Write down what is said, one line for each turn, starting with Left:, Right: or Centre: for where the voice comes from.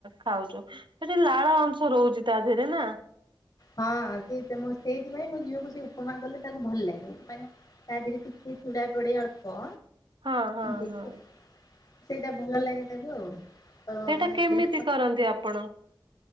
Right: ଖାଉଛୁ। ସେ ଯୋଉ ଲାଳ ଅଂଶ ରହୁଛି ତା ଦେହରେ ନା।
Left: ହଁ ସେ ସେଇଥିପାଇଁ ମୋ ଝିଅକୁ ସେ ଉପମା କଲେ ତାକୁ ଭଲ ଲାଗେ ମାନେ ତା ଦେହରେ କିଛି ଚୁଡ଼ା ପଡେ ଅଳ୍ପ।
Right: ହଁ ହଁ
Left: ଦେଖ
Right: ହଁ।
Left: ସେଇଟା ଭଲ ଲାଗେ ତାକୁ ଆଉ ତ
Right: ସେଇଟା
Left: ମାନେ
Right: କେମିତି
Left: ଦେହ
Right: କରନ୍ତି ଆପଣ।